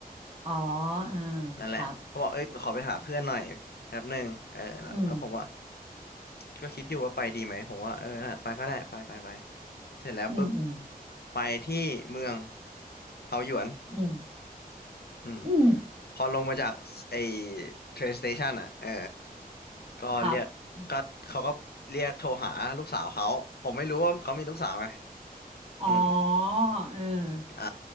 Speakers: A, on the right (about 40°); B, on the left (about 85°).
A: อ๋ออ่า
B: นั่นแหละเขาบอกเอ้ยขอไปหาเพื่อนหน่อยแป๊บหนึ่งเออแล้วแล้วผมว่า
A: ครับอืม
B: ก็คิดอยู่ว่าไปดีไหมผมว่าเออน่ะไปก็ได้ไปไปไปเสร็จแล้วปุ๊บ
A: อืมอืม
B: ไปที่เมืองเทาหยวน
A: อืม
B: อืม
A: อืม
B: พอลงมาจากไอ้ train station อ่ะเออก็เรียกก็เขาก็เรียกโทรหาลูกสาวเขาผมไม่รู้ว่าเขามีลูกสาวไง
A: ครับอ๋อ
B: อืม
A: เออ
B: อ่า